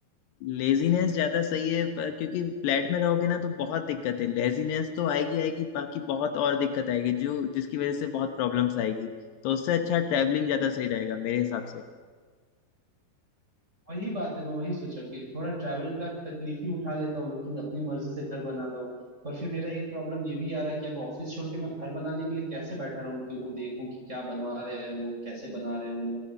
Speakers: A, on the left; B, on the right.
A: लेजीनेस ज्यादा सही है पर क्योंकि फ्लैट में रहोगे ना तो बहुत दिक्कत है लेजीनेस तो आएगी आएगी बाकी बहुत और दिक्कत आएगी जो जिसकी वजह से बहुत प्रॉब्लम्स आएगी तो उससे अच्छा ट्रैवलिंग ज्यादा सही रहेगा मेरे हिसाब से
B: वही बात है मैं वही सोचा कि थोड़ा ट्रैवल का तकलीफ ही उठा लेता हूँ लेकिन अपनी मर्जी से घर बनाता हूँ पर फिर मेरा एक प्रॉब्लम ये भी आ रहा है कि अब ऑफिस छोड़ के मैं घर बनाने के लिए कैसे बैठा रहूं कि वो देखूं कि क्या बनवा रहे हैं वो कैसे बना रहे हैं उन्हें